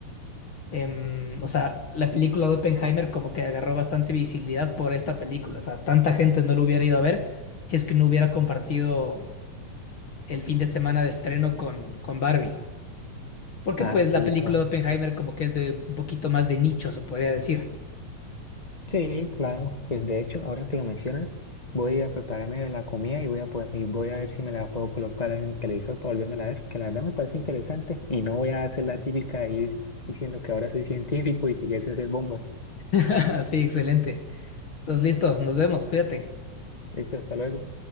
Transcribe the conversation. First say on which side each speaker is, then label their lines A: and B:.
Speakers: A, on the left (about 45°); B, on the left (about 15°).
A: em, o sea, la película de Oppenheimer como que agarró bastante visibilidad por esta película, o sea, tanta gente no lo hubiera ido a ver si es que no hubiera compartido el fin de semana de estreno con, con Barbie, porque
B: Ah,
A: pues
B: sí,
A: la película
B: claro.
A: de Oppenheimer como que es de un poquito más de nicho, se podría decir.
B: Sí, claro. Pues de hecho, ahora que lo mencionas, voy a prepararme la comida y voy a, po- y voy a ver si me la puedo colocar en el televisor para volverme a ver, que la verdad me parece interesante y no voy a hacer la típica de ir diciendo que ahora soy científico y que ya sé hacer bombas.
A: <laughs> Sí, excelente. Entonces, listo, nos vemos, cuídate.
B: Listo, hasta luego.